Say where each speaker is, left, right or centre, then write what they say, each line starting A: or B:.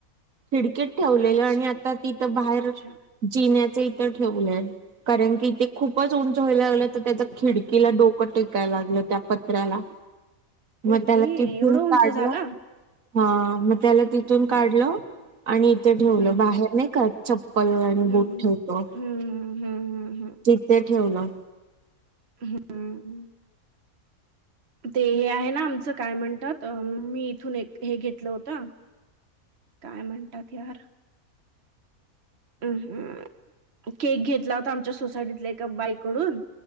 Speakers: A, on the right; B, on the right.
A: खिडकीत ठेवलेलं
B: अच्छा
A: आणि आता तिथं बाहेर
B: अच्छा
A: जिण्यात च्या इथ ठेवल्यात कारण, की इथे खूपच उंच व्हाय ला लागलंले, तर त्याच खिडकीला डोकं टेकायला लागल त्या पत्र्याला मग
B: ओके
A: त्याला तीथून
B: एवढं उंच
A: काढलं
B: झाला
A: हा मग त्याला तिथून
B: हम्म
A: काढलं आणि इथे ठेवलं
B: हम्म
A: बाहेर नाही का? चप्पल आणि
B: हम्म
A: बूट ठेवतो
B: हम्म हम्म हम्म
A: तिथे ठेवलं.
B: हम्म. ते हे आहे ना आमचं काय म्हणतात? मी इथून एक हे घेतलं होतं. काय म्हणतात यार? अम्म केक घेतला होता, आमच्या सोसायटीतल्या एका बाईकडून